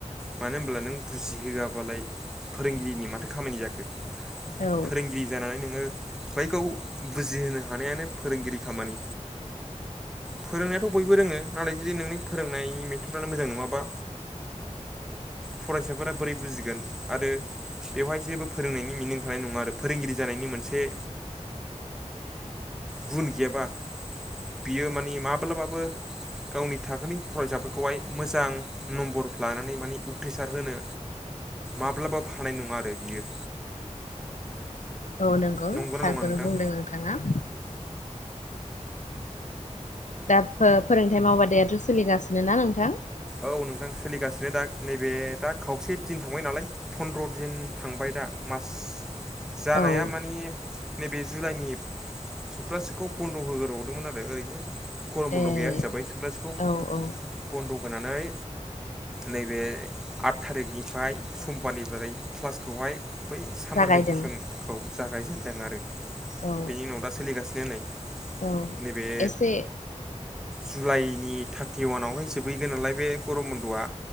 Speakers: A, in the centre; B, on the left.
A: मानो होमब्ला नों बुजिहोआबालाय फोरोंगिरिनि माथो खामानि जाखो
B: औ
A: फोरोंगिरि जानानै नोङो बैखौ बुजिहोनो हानायानो फोरोंगिरि खामानि फोरोंनायाथ' बयबो रोङो नाथाय जुदि नोंनि फोरोंनायनि मेथडानो मोजां नङाबा फरायसाफोरा बोरै बुजिगोन आरो बेवहाय जेबो फोरोंनायनि मिनिं थानाय नङा आरो फोरोंगिरि जानायनि मोनसे गुन गेबा बियो माने माब्लाबाबो गावनि थाखोनि फरायसाफोरखौहाय मोजां नम्बर लानानै माने उथ्रिसार होनो माब्लाबाबो हानाय नङा आरो बियो
B: औ नोंगौ
A: नंगौना
B: थारखौनो
A: नङा नोंथां
B: बुंदों नोंथाङा दा फो फोरोंथाइ मावबादायाथ' सोलिगासिनो ना नोंथां
A: औ नोंथां सोलिगासिनो दा नैबे दा खावसे दिन थांबाय नालाय फन्द्र दिन थांबाय दा मास जानाया
B: औ
A: मानि नैबे जुलाइनि सप्तासेखौ बन्द' होगोरबावदोंमोन आरो ओरैनो गरम
B: ए
A: बन्द' गैया हिसाबै सफ्टासेखौ
B: औ औ
A: बन्द' होनानै नैबे आट थारिखनिफाय समबारनिफ्राय क्लासखौहाय बै सामार
B: जागायदों
A: भेकेसनखौ जागायजेनदों आरो
B: औ
A: बेनि उनाव दा सोलिगासिनो नै
B: औ
A: नैबे
B: एसे
A: जुलाइनि थारथिवानावहाय जोबहैगोन नालाय बे गरम बन्द'आ